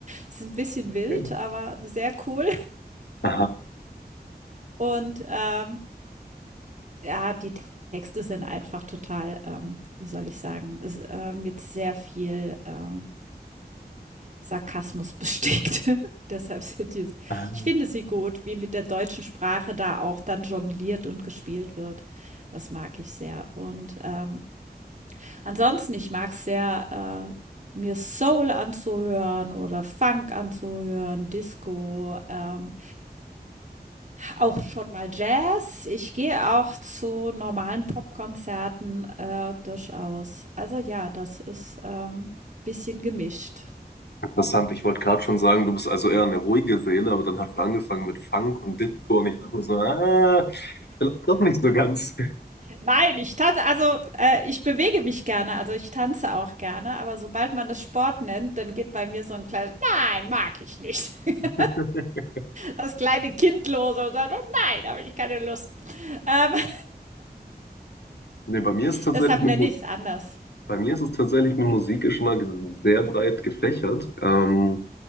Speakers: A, on the right (about 45°); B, on the left (about 80°).
A: Ist ein bisschen wild,
B: Okay.
A: aber sehr cool.
B: Aha.
A: Und, ähm, ja, die Te- Texte sind einfach total, ähm, wie soll ich sagen, s äh, mit sehr viel, äh Sarkasmus bestickt. <laughs> Deshalb sind diese.
B: Ah,
A: Ich finde sie gut, wie mit der deutschen Sprache da auch dann jongliert und gespielt wird. Das mag ich sehr. Und ähm, ansonsten, ich mag es sehr, äh, mir Soul anzuhören oder Funk anzuhören, Disco, ähm, auch schon mal Jazz. Ich gehe auch zu normalen Popkonzerten äh, durchaus. Also ja, das ist ein ähm, bisschen gemischt.
B: Interessant. Ich wollte gerade schon sagen, du bist also eher eine ruhige Seele, aber dann hast du angefangen mit Funk und Disco und ich dachte mir so, ah, vielleicht doch nicht so ganz.
A: Nein, ich tanze, also äh, ich bewege mich gerne, also ich tanze auch gerne, aber sobald man es Sport nennt, dann geht bei mir so ein kleines Nein, mag ich nicht. <laughs>
B: <laughs>
A: Das kleine Kind los und sagt, oh nein, habe ich keine Lust. Ähm, <laughs>
B: Nee, bei mir ist tatsächlich
A: deshalb
B: mit
A: nenne
B: Musik.
A: ich es anders.
B: Bei mir ist es tatsächlich mit Musikgeschmack sehr breit gefächert. Ähm,